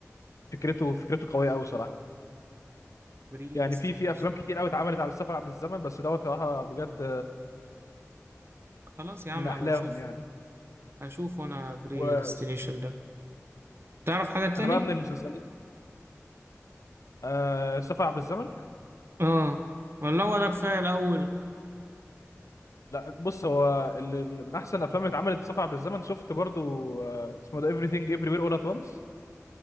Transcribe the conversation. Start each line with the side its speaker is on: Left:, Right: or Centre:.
Left: فكرته فكرته قوية قوي صراحة
Right: بريديستنيشن
Left: يعني في في أفلام كتير قوي اتعملت على السفر عبر الزمن بس دوت صراحة بجد
Right: خلاص يا عم
Left: من أحلاهم
Right: بشوفه
Left: يعني
Right: اشوفه اشوفه انا بريديستنيشن
Left: وأنا
Right: ده تعرف حاجة تاني
Left: بقى من المسلسلات آه سفر عبر الزمن
Right: اه والله، ولا هو ده كفاية الاول
Left: لا بص هو ال- ال- من احسن الافلام اللي اتعملت سفر عبر الزمن شفت برضو آه اسمه ده everything everywhere all at once